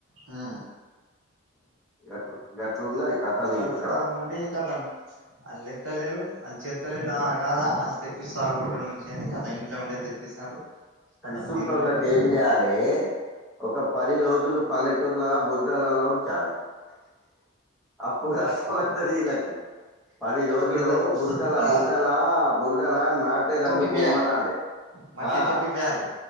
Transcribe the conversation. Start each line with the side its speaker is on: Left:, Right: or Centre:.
Right: హ
Centre: గట్లు గట్లు ఉన్నది కథాలి
Right: భర్తతనం
Centre: ఇక్కడ,
Right: కతం అల్ ఎత్తలేళ అ చెత్తలేళ కాదా తెప్పిస్తాటం నుంచి, వియానికి కథ ఇంట్లో ఉండే తెప్పిస్తారు. కతం
Centre: ఇస్తుంటున్నకి
Right: తినుడు ఉండుడు
Centre: ఏం చేయాలి ఒక పది రోజులు, పల్లెటూలా బుర్రదలలా ఉంచాలి. అప్పు కస్త వద్దదిీళ్ళకి పది రోజులు
Right: బురదల
Centre: బురిటలా
Right: ఆ
Centre: బురిటలా, బరుదల నాటే రెం
Right: తొక్కిపియాలి
Centre: బొమనాాలి
Right: మట్టి
Centre: ఆ
Right: తొక్కిపియాలి